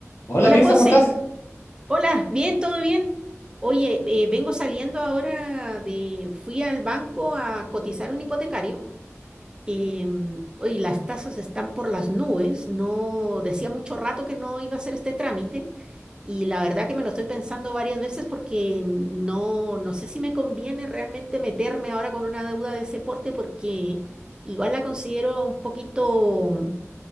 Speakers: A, on the left (about 60°); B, on the right (about 15°).
A: Hola
B: Hola
A: Mirza,
B: José,
A: ¿cómo estás?
B: hola, bien, todo bien. Oye, eh, vengo saliendo ahora de, fui al banco a cotizar un hipotecario. em, oye, las tasas están por las nubes, no, decía mucho rato que no iba a hacer este trámite y la verdad que me lo estoy pensando varias veces porque no, no sé si me conviene realmente meterme ahora con una deuda de ese porte porque igual la considero un poquito